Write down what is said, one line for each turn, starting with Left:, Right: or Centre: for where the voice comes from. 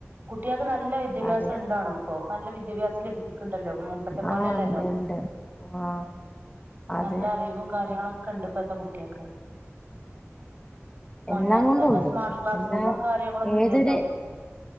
Right: കുട്ട്യേക്ക് നല്ല വിദ്യാഭ്യാസം
Left: അതെ
Right: ഇണ്ടാണ്പ്പോ നല്ല വിദ്യാഭ്യാസം ലഭിക്കുണ്ടല്ലോ മുമ്പത് ത്തെ പോലെല്ലല്ലോ
Left: ആഹ് ഉണ്ട് ഉണ്ട് ആഹ് അതെ
Right: നല്ല അറിവും കാര്യങ്ങളക്കെ ക്കെണ്ട് ഇപ്പത്തെ കുട്ട്യേക്ക് മുന്നേന്ന്
Left: എല്ലാം കൊണ്ടും
Right: പറഞ്ഞ
Left: ഉണ്ട്
Right: സ്മാർട്ട് ക്ലാസ്
Left: എല്ലാ
Right: റൂമും കാര്യങ്ങളൊന്നുല്ലല്ലോ
Left: ഏതൊരു